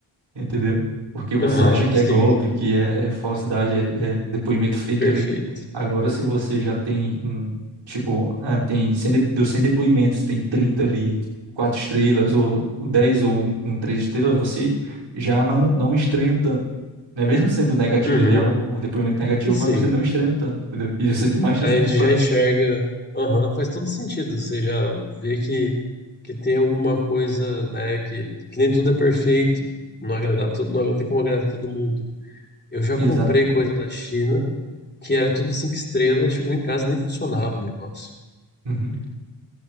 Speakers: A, on the right; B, on the left.
A: entendeu? Porque você
B: Aham,
A: acha que
B: sim,
A: é golpe, que é, é falsidade, é, é depoimento fake
B: perfeito.
A: ali. Agora, se você já tem, um, tipo, ah, tem 100 de- dos 100 depoimentos, tem 30 ali, quatro estrelas, ou 10 ou um com três estrelas, você já não, não estranha tanto. Né? Mesmo sendo negativo
B: Uhum,
A: ali, ah, o o depoimento negativo,
B: sim.
A: mas você não estranha tanto, entendeu? E você tem mais chance
B: A
A: de
B: gente
A: comprar.
B: já enxerga, aham, faz todo sentido. Você já vê que, que tem alguma coisa, né, que, que nem tudo é perfeito, não agradar
A: Uhum.
B: todo, não tem como agradar todo mundo. Eu já
A: Exato.
B: comprei coisa da China que era tudo cinco estrelas, chegou em casa e nem funcionava o negócio.
A: Uhum.